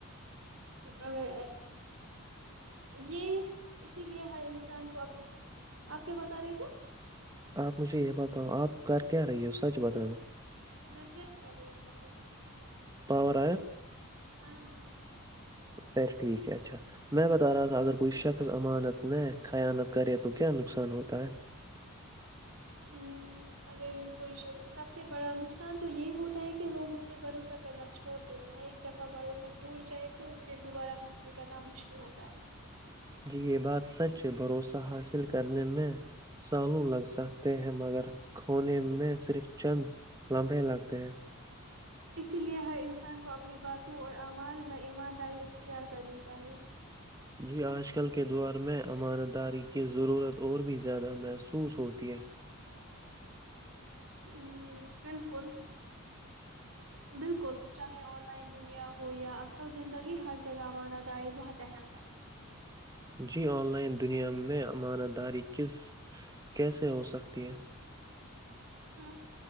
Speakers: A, on the right; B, on the right.
A: ا ا یہ اسی لیے ہر انسان کو اپنے آپ کیا بتا رہے تھے
B: آپ مجھے یہ بتاؤ آپ گ کیا رہی ہو سچ بتانا
A: میں پریس کر رہی ہوں کپڑوں کو
B: پاور
A: ہاں ہاں
B: پر ٹھیک ہے اچھا میں بتا رہا تھا اگر کوئی شخص امانت میں خیانت کرے تو کیا نقصان ہوتا ہے
A: ا اگر کوئی ش سب سے بڑا نقصان تو یہ ہوتا ہے کہ لوگ اس پر بھروسہ کرنا چھوڑ دیتے ہیں ایک دفعہ بھروسہ ٹوٹ جائے تو اس سے دوبارہ حاصل کرنا مشکل ہوتا ہے
B: جی یہ بات سچ بھروسہ حاصل کرنے میں سالو لگ سکتے ہیں مگر کونے میں صرف چند لمبے لگتے ہیں
A: اسی لیے ہر انسان کو اپنی باتوں اور اعمال میں ایمانداری اختیار کرنی چاہیئے
B: جی آج کل کے دور میں امان داری کی ضرورت اور بھی زیادہ محسوس ہوتی ہے
A: ہوں بالکل بالکل بالکل چاہے آن لائن دنیا ہو یا اصل زندگی ہر جگہ امانہ داری بہت اہم ہے
B: جی آن لائن دنیا میں امانہ داری کس کیسے ہوسکتی ہے
A: ا